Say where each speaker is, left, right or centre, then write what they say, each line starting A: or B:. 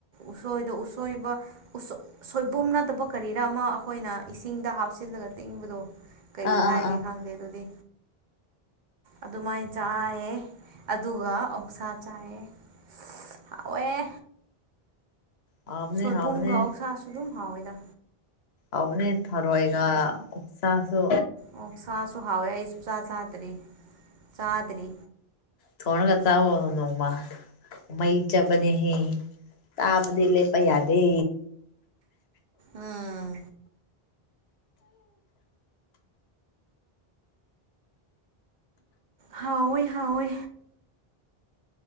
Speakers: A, on the right; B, on the left.
A: ꯎꯁꯣꯏꯗ ꯎꯁꯣꯏꯕ ꯁꯣꯏꯕꯨꯝ ꯅꯠꯇꯕ ꯀꯔꯤꯔ ꯑꯃ ꯑꯩꯈꯣꯏꯅ ꯏꯁꯤꯡꯗ ꯍꯥꯞꯆꯤꯜꯂꯒ ꯇꯤꯡꯕꯗꯣ ꯀꯔꯤ
B: ꯑꯥ
A: ꯍꯥꯏꯒꯦ
B: ꯑꯥ ꯑꯥ
A: ꯈꯪꯗꯦ ꯑꯗꯨꯗꯤ ꯑꯗꯨꯃꯥꯏꯅ ꯆꯥꯏꯑꯦ ꯑꯗꯨꯒ ꯑꯣꯛꯁꯥ ꯆꯥꯏꯑꯦ ꯍꯥꯎꯑꯦ꯫
B: ꯍꯥꯎꯕꯅꯦ
A: ꯁꯣꯏꯕꯨꯝꯒ
B: ꯍꯥꯎꯕꯅꯦ
A: ꯑꯧꯁꯥꯁꯨ ꯑꯗꯨꯝ ꯍꯥꯎꯋꯦꯗ
B: ꯑꯗꯨꯅꯦ ꯊꯔꯣꯏꯒ ꯎꯛꯆꯥꯁꯨ꯫
A: ꯑꯣ ꯁꯥꯁꯨ ꯍꯥꯎꯋꯦ ꯑꯩꯁꯨ ꯆꯥ ꯆꯥꯗ꯭ꯔꯤ ꯆꯥꯗ꯭ꯔꯤ꯫
B: ꯊꯅꯒ ꯆꯥ ꯑꯣꯏꯅꯣꯡꯃ ꯃꯩ ꯆꯄꯅꯦꯍ ꯆꯕꯗꯤ ꯂꯄ ꯌꯥꯗꯦ꯫
A: ꯑꯥ ꯍꯥꯎꯋꯦ ꯍꯥꯎꯋꯦ꯫